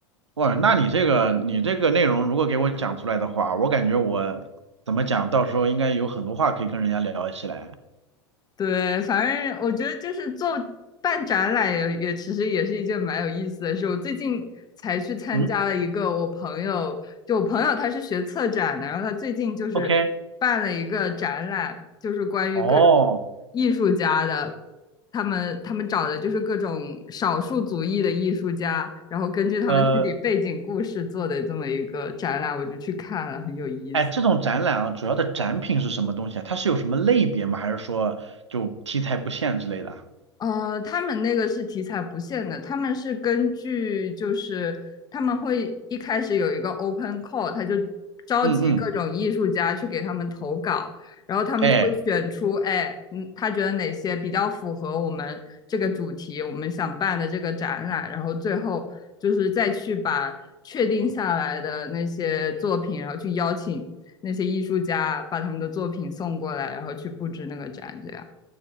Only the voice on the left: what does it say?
对，反正我觉得就是做办展览也也其实也是一件蛮有意思的事。我最近才去参加了一个我朋友，
就我朋友他是学策展的，然后他最近就是办了一个展览，
就是关于各种
艺术家的，他们他们找的就是各种少数族裔的艺术家，然后根据他们自己背景故事做的这么一个展览，
我就去看了，很有意思。
呃，他们那个是题材不限的，他们是根据就是他们会一开始有一个 open call，他就召集各种艺术家去给他们投稿，
然后他们就会选出，
哎，嗯，他觉得哪些比较符合我们这个主题，我们想办的这个展览，然后最后就是再去把确定下来的那些作品，然后去邀请那些艺术家把他们的作品送过来，然后去布置那个展，这样。